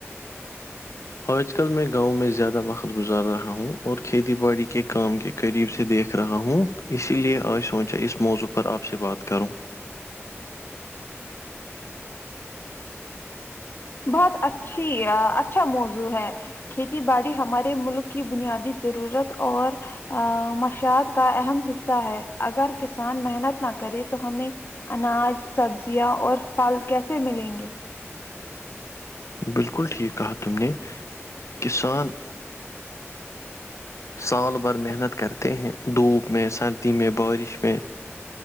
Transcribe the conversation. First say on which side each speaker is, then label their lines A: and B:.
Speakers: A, on the left (about 80°); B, on the left (about 50°).
A: ہ <inaudible> آج کل میں گاؤں زیاد وقت گزار رہا ہوں اور کھیتی باڑی کے کام کے قریب سے دیکھ رہا ہوں اسی لیے آج سوچا اس موضوع پر آپ سے بات کروں
B: بہت اچھی اچھا موضوع ہے کھیتی باڑی ہمارے ملک کی بنیادی ضرورت اور مشیات کا اہم حصہ ہے اگر کسان محنت نہ کرے تو ہمیں اناج سبزیاں اور پھل کیسے ملیں گے
A: بالکل ٹھیک کہا تم نے کسان سال بھر محنت کرتے ہیں دھوپ میں سردی میں بارش میں